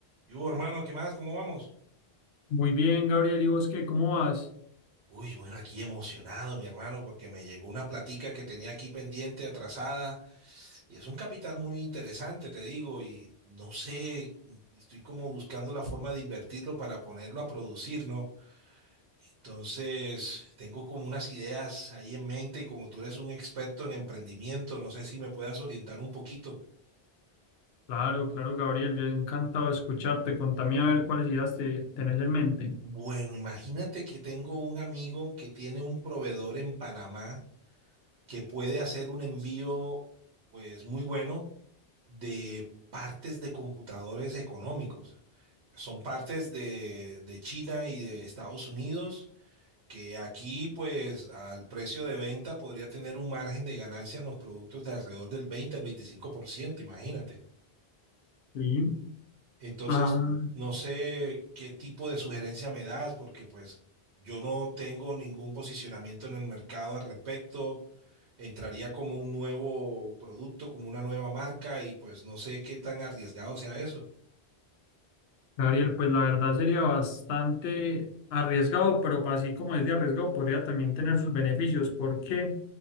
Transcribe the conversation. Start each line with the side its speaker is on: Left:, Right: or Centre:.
Right: ¿Y hubo, hermano? ¿Qué más? ¿Cómo vamos?
Left: Muy bien, Gabriel, ¿y vos qué? ¿Cómo vas?
Right: Uy, bueno, aquí emocionado, mi hermano, porque me llegó una platica que tenía aquí pendiente, atrasada, y es un capital muy interesante, te digo, y no sé, estoy como buscando la forma de invertirlo para ponerlo a producir, ¿no? Entonces, tengo como unas ideas ahí en mente y como tú eres un experto en emprendimiento, no sé si me puedas orientar un poquito.
Left: Claro, claro, Gabriel, yo encantado de escucharte. Contame a ver cuáles ideas te, tenés en mente.
Right: Bueno, imagínate que tengo un amigo que tiene un proveedor en Panamá que puede hacer un envío pues muy bueno de partes de computadores económicos. Son partes de, de China y de Estados Unidos que aquí pues al precio de venta podría tener un margen de ganancia en los productos de alrededor del 20 al 25%, imagínate.
Left: Sí.
Right: Entonces,
Left: Ah,
Right: no sé qué tipo de sugerencia me das porque pues yo no tengo ningún posicionamiento en el mercado al respecto. entraría como un nuevo producto, como una nueva marca y pues no sé qué tan arriesgado sea eso.
Left: Gabriel, pues la verdad sería bastante arriesgado, pero así como es de arriesgado, podría también tener sus beneficios. ¿Por qué?